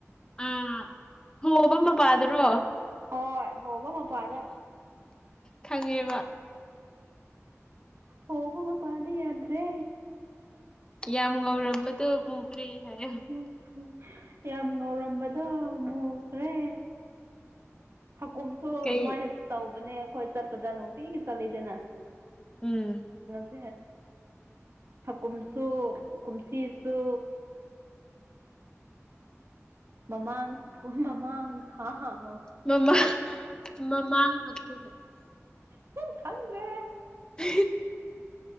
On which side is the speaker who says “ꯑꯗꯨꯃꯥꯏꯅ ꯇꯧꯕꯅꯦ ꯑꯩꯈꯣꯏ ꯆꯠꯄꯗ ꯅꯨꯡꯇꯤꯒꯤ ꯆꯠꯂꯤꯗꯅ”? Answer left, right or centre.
Right